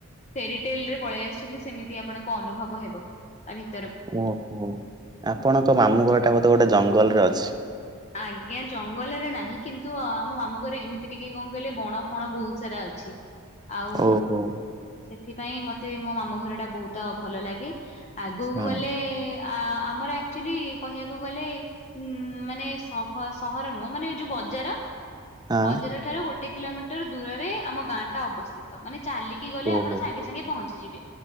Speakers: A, on the left; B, on the right.
A: ଫେରିଟେଲ ରେ ପଳେଇ ଆ ଆସିଛନ୍ତି ସେମିତି ଆପଣଙ୍କୁ ଅନୁଭବ ହେବ ତା ଭିତ
B: ଓହୋ ଆପଣଙ୍କ ମାମୁଁ ଘର ଟା ବୋଧେ ଗୋଟେ ଜଙ୍ଗଲରେ ଅଛି।
A: ଆଜ୍ଞା ଜଙ୍ଗଲରେ ନାହିଁ କିନ୍ତୁ ଆମ ମାମୁଁ ଘରେ ଏମିତି ଟିକେ କଣ କହିଲେ ବଣ ଫଣ ବହୁତ ସାରା ଅଛି। ଆଉ
B: ଓହୋ
A: ସେଥିପାଇଁ ମତେ ମୋ ମାମୁ ଘର ଟା ବହୁତ ଭଲ ଲାଗେ। ଆଗକୁ
B: ହଁ
A: ଗଲେ ଆଁ ଆମର ଆକ୍ଚୁଆଲି କହିବାକୁ ଗଲେ ଉ ମାନେ ସହ ସହର ନୁହଁ ମାନେ ଏ ଯୋଉ ବଜାର
B: ହଁ
A: ବଜାର ଠାରୁ ଗୋଟେ କିଲୋମିଟର ମିଟର ଦୂରରେ ଆମ ଗାଁ ଟା ଅବସ୍ଥିତ ମାନେ ଚାଲିକି ଗଲେ
B: ଓହୋ
A: ଆପଣ ସାଙ୍ଗେ ସାଙ୍ଗେ ପହଞ୍ଚିଯିବେ।